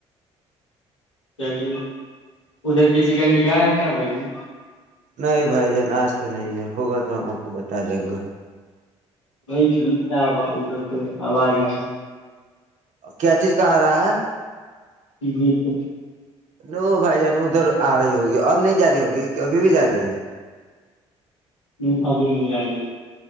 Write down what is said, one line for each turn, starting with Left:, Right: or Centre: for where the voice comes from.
Left: کہ لیے ادھر کسی کا نگاہ ہے کیا بھائی جن
Right: نہیں بھائی جان آج تو نہیں ہے ہوگا تو ہم آ کو بتا دیں گا
Left: ب گیت کیا بھ آوج آج
Right: کیا چیز کا رہا ہے
Left: جی تو
Right: نو بھائی جان ادھر آ رہی ہوگی اب نہیں جا رہی ہوگی کہ ابھی بھی جا رہی ہے
Left: نہیں اب نہیں ج رہ ہے